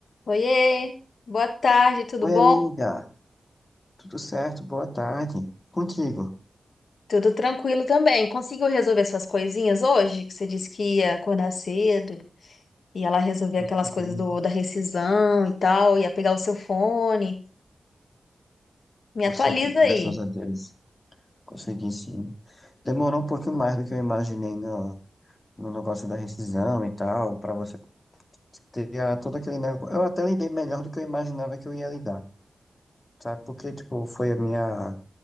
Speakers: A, on the left; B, on the left.
A: Oiê, boa tarde, tudo
B: Oi,
A: bom?
B: amiga. Tudo certo? Boa tarde. Contigo?
A: Tudo tranquilo também. Conseguiu resolver suas coisinhas hoje? Que você disse que ia acordar cedo, ia lá resolver
B: Consegui,
A: aquelas coisas do, da rescisão e tal, ia pegar o seu fone. Me
B: consegui,
A: atualiza
B: graças
A: aí.
B: a Deus. Consegui sim. Demorou um pouquinho mais do que eu imaginei no, no negócio da rescisão e tal, pra você ter a- todo aquele negócio. Eu até lidei melhor do que eu imaginava que eu ia lidar, sabe? Porque, tipo, foi a minha